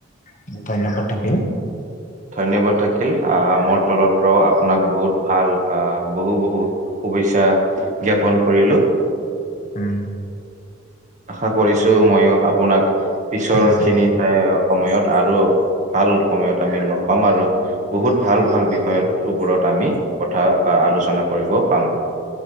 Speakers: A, on the left (about 40°); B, on the right (about 40°).
A: থ ধন্যবাদ থাকিল।
B: ধন্যবাদ থাকিল, অঁ মোৰ তলৰ পৰাও আপোনাক বহুত ভাল বহু বহু। শুভেচ্ছা জ্ঞাপন কৰিলো।
A: আঁহ।
B: আশা কৰিছো মইয়ো আপোনাক পিছৰ
A: ঠিক আছে
B: খিনিত আশা কৰিছো মইয়ো আপোনাক পিছৰ খিনিত এ সময়ত আৰু ভাল সময়ত আমি লগ পাম আৰু। বহুত ভাল ভাল বিষয়ৰ ওপৰত আমি কথা বা আলোচনা কৰিব পাম।